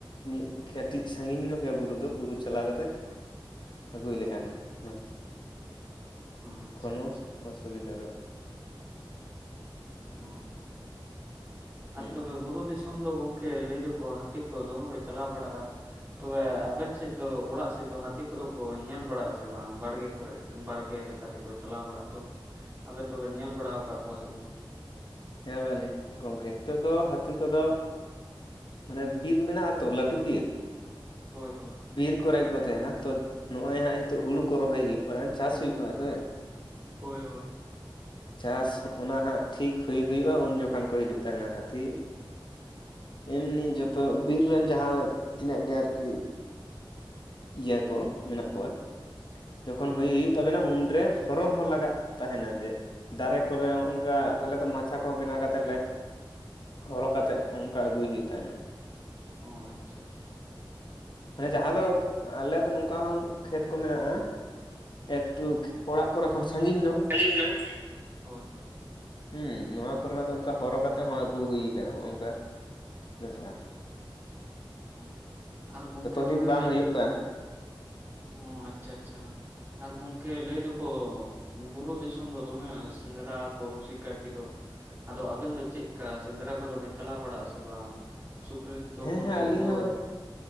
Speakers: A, on the left; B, on the right.
A: ᱢᱤᱫ ᱠᱟᱹᱴᱤᱡ ᱥᱟᱸᱜᱤᱧ ᱧᱚᱜ ᱜᱮ ᱵᱩᱨᱩ ᱫᱚ ᱵᱩᱨᱩ ᱪᱟᱞᱟᱣ ᱠᱟᱛᱮᱫ ᱟᱹᱜᱩᱭ ᱞᱮᱠᱷᱟᱱ ᱜᱮ,
B: ᱚ ᱟᱪᱪᱷᱟ
A: ᱠᱳᱱᱳ
B: ᱟᱪᱪᱷᱟ
A: ᱚᱥᱩᱵᱤᱫᱷᱟ ᱫᱚ ᱵᱟ᱾
B: ᱚ, ᱟᱨ
A: ᱦᱩᱸ
B: ᱛᱚᱵᱮ ᱵᱩᱨᱩ ᱫᱤᱥ ᱤᱧ ᱫᱚ ᱜᱚᱝᱠᱮ ᱞᱟᱹᱭ ᱫᱚᱠᱚ ᱦᱟᱹᱛᱤ ᱠᱚ ᱫᱚᱢᱮ ᱠᱚ ᱪᱟᱞᱟᱣ ᱵᱟᱲᱟᱜ-ᱟ᱾ ᱛᱚᱵᱮ ᱟᱵᱮᱱ ᱥᱮᱫ ᱫᱚ ᱚᱲᱟᱜ ᱥᱮᱫ ᱫᱚ ᱦᱟᱹᱛᱤ ᱠᱚᱫᱚ ᱠᱚ ᱧᱮᱞ ᱵᱟᱲᱟᱜ-ᱟ ᱥᱮ ᱵᱟᱝ ᱵᱟᱲᱜᱮ ᱠᱚᱨᱮᱫ? ᱵᱟᱲᱜᱮ ᱞᱮᱠᱟ ᱛᱮᱠᱚ ᱪᱟᱞᱟᱣ ᱵᱟᱲᱟᱜ ᱫᱚ?
A: <inaudible>
B: ᱟᱵᱮᱱ ᱫᱚ ᱵᱮᱱ ᱧᱮᱞ ᱵᱟᱲᱟᱣ ᱠᱟᱜ ᱠᱚᱣᱟ ᱥᱮ ᱵᱟᱝ?
A: ᱦᱮᱸ ᱵᱟᱹᱱᱤᱡ ᱜᱚᱝᱠᱮ ᱦᱤᱛᱳᱜ ᱫᱚ ᱦᱟᱹᱛᱤ ᱠᱚᱫᱚ ᱢᱟᱱᱮ ᱵᱤᱨ ᱢᱮᱱᱟᱜ-ᱟ ᱛᱚ ᱞᱟᱹᱴᱩ ᱵᱤᱨ
B: ᱦᱳᱭ ᱦᱳᱭ᱾
A: ᱵᱤᱨ ᱠᱚᱨᱮ ᱜᱮ ᱠᱚ ᱛᱮᱸᱦᱮᱱᱟ, ᱛᱚ ᱱᱚᱜ-ᱚᱭ ᱦᱟᱸᱜ ᱦᱤᱛᱳᱜ ᱦᱩᱲᱩ ᱠᱚ ᱨᱚᱦᱚᱭ ᱦᱩᱭᱩᱜ ᱠᱟᱱᱟ ᱪᱟᱥ ᱦᱩᱭᱩᱜ ᱠᱟᱱᱟ ᱥᱮ᱾
B: ᱦᱳᱭ ᱦᱳᱭ᱾
A: ᱪᱟᱥ ᱚᱱᱟ ᱦᱟᱸᱜ ᱴᱷᱤᱠ ᱦᱩᱭ ᱦᱩᱭᱩᱜ-ᱟ, ᱩᱱ ᱡᱚᱠᱷᱟᱱ ᱠᱚ ᱦᱤᱡᱩᱜ ᱛᱟᱦᱮᱱᱟ ᱦᱟᱛᱤ᱾ ᱮᱢᱱᱤ
B: ᱚ
A: ᱡᱚᱛᱚ
B: ᱟᱪᱪᱷᱟ
A: ᱵᱤᱨ ᱨᱮᱱ ᱡᱟᱦᱟᱸ ᱛᱤᱱᱟᱹᱜ ᱜᱮ ᱟᱨᱠᱤ ᱤᱭᱟ ᱠᱚ ᱢᱮᱱᱟᱜ ᱠᱚᱣᱟ, ᱡᱚᱠᱷᱚᱱ
B: ᱦᱳᱭ
A: ᱦᱩᱭ
B: ᱦᱳᱭ
A: ᱛᱟᱵᱮᱱᱟ ᱩᱱᱨᱮ ᱦᱚᱨᱚ ᱦᱚᱸ ᱞᱟᱜᱟᱜ ᱛᱟᱦᱮᱸᱱᱟ ᱡᱮ ᱫᱟᱨᱮ ᱠᱚᱨᱮ ᱦᱚ ᱚᱱᱠᱟ ᱟᱞᱮ ᱫᱚ ᱢᱟᱪᱷᱟ ᱠᱚ ᱦᱚᱸ ᱵᱮᱱᱟᱣ ᱠᱟᱛᱮᱫ ᱞᱮ ᱦᱚᱨᱚ ᱠᱟᱛᱮᱫ ᱚᱱᱠᱟ ᱟᱹᱜᱩᱭ ᱦᱩᱭᱩᱜ ᱛᱟᱸᱦᱮᱱᱟ ᱾
B: ᱦᱚᱸ ᱟᱪᱪᱷᱟ ᱟᱪᱪᱷᱟ ᱾
A: ᱢᱟᱱᱮ ᱡᱟᱦᱟᱸ ᱫᱚ ᱟᱞᱮ ᱫᱚ ᱱᱚᱝᱠᱟ ᱦᱚᱸ ᱠᱷᱮᱛ ᱠᱚ ᱢᱮᱱᱟᱜᱼᱟ, ᱮᱜ ᱴᱩᱠ ᱚᱲᱟᱜ ᱠᱚᱨᱮ ᱠᱷᱚᱱ ᱥᱟᱺᱜᱤᱧ ᱧᱚᱜ
B: ᱥᱟᱺᱜᱤᱧ ᱧᱚᱜ ᱦᱳᱭ ᱦᱳᱭ ᱾
A: ᱦᱩᱸ ᱱᱚᱣᱟ ᱠᱚᱨᱮᱱᱟᱜ ᱫᱚ ᱚᱱᱠᱟ ᱦᱚᱨᱚ ᱠᱟᱛᱮᱜ ᱦᱚᱸ ᱟᱹᱜᱩ ᱦᱩᱭ ᱠᱟᱱᱟ, ᱱᱚᱸᱜᱼᱚ ᱱᱚᱝᱠᱟ ᱵᱮᱥᱟᱨ <unintelligible>
B: ᱦᱚᱸ ᱟᱨ ᱜᱚᱝᱠᱮ
A: ᱫᱤᱱ
B: ᱛᱚᱵᱮ,
A: ᱵᱟᱝ ᱦᱩᱭᱩᱜ ᱠᱟᱱ
B: ᱚᱸ ᱟᱪᱪᱷᱟ ᱟᱪᱪᱷᱟ ᱟᱨ ᱜᱚᱝᱠᱮ ᱞᱟᱹᱭ ᱫᱚᱠᱚ ᱵᱩᱨᱩ ᱫᱤᱥᱚᱢ ᱫᱚ ᱫᱚᱢᱮ ᱥᱮᱸᱫᱽᱨᱟ ᱠᱚ ᱨᱩᱥᱤᱠᱟ ᱜᱮᱫᱚ ᱟᱫᱚ ᱟᱵᱤᱱ ᱫᱚ ᱪᱮᱜ ᱠᱟ, ᱥᱮᱸᱫᱽᱨᱟ ᱠᱚᱫᱚ ᱵᱤᱱ ᱪᱟᱞᱟᱣ ᱵᱟᱲᱟᱜᱼᱟ ᱥᱮ ᱵᱟᱝ? ᱥᱩᱠᱨᱤ
A: ᱦᱮᱸ
B: ᱠᱩᱞᱟᱹᱭ
A: ᱦᱮᱸ ᱟᱹᱞᱤᱧ
B: ᱠᱚᱫᱚ,
A: ᱦᱚᱸ